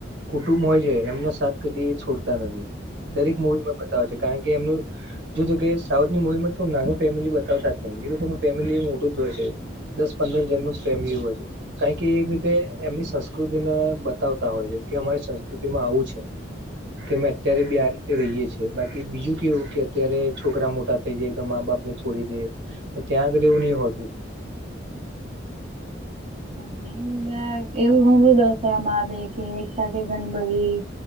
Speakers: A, on the right; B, on the right.
A: કુટુંબ હોય છે એમનો સાથ કદી એ છોડતા નથી દરેક મૂડીમાં બતાવેય છે કારણ કે એમનું જોજ કે સાઉથની મુવી માં તો નાનો ફેમિલી બતાવતા જ નહીિ એ લોકોનું ફેમિલી મોટું જ હોય છે દસ પંદર જનનું ફેમિલી હોય છે કણ કે એક રીતે એમની સંસ્કૃતિને બતાવતા હોય છે કે અમારી સંસ્કૃતિ માં આવું છે કે અમે અત્યારે બી આ રીતે રહીએ છીએ બાકી બીજું કેવું કે અત્યારે છોકરા મોટા થઈ જાય તો મા બાપ ને છોડી દે પણ ત્યાં આગળ એવું નહ હોતું
B: બે મ્ એવું હું દર્શવામાં આવે કે એક સાથે ઘણી બધી